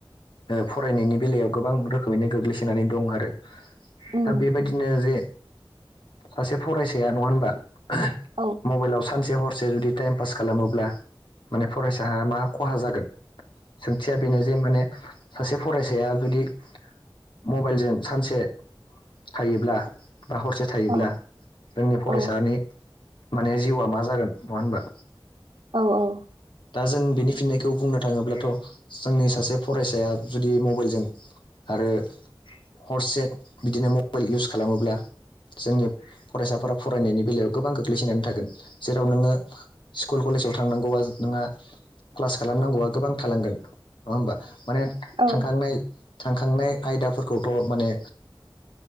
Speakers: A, on the left (about 65°); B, on the right (about 70°).
A: -फरायनायनि बेलायाव गोबां रोखोमैनो गोग्लैसोनानै दं आरो।
B: उम
A: दा बेबायदिनो जे -सासे फरायसाया नंङा होनबा। <unintelligible>
B: औ
A: मबाइलाव सानसे हरसे जुदि टाइम पास खालामोब्ला। माने फरायसाया मा खहा जागोन? सोंथिया बेनो जे माने सासे फरायसाया जुदि। मबाइलजों सानसे -थायोब्ला। बा हरसे थायोब्ला
B: औ
A: जोंनि फरायसानि
B: औ
A: -माने जिउआ मा जागोन नंङा होनबा।
B: औव औव।
A: दा जों बेनि फिननायखौ बुंनो थांङोब्लाथ' जोंनि सासे फरायसाया जुदि मबाइलजों। आरो हरसे बिदिनो मबाइल इउस खालामोब्ला। जोंनि फरायसाफोरा फरायनायनि बेलायाव गोबां गोग्लैसोनानै थागोन। जेराव नोंङो स्कुल कलेजाव थ'। थांनांगौ आ नोंहा -क्लास खालामनांगौ आ गोबां थालांगोन। नंङा होमबा माने
B: औ
A: थांखांनाय-थांखांनाय आयदा फोरखौथ' माने।